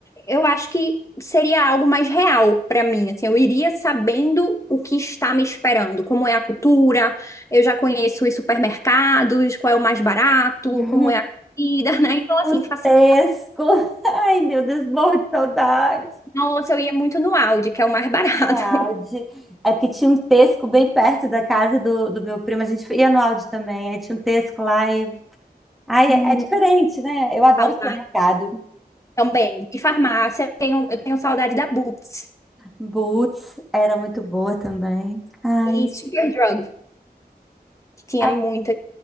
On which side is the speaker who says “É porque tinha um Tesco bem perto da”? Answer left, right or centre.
Centre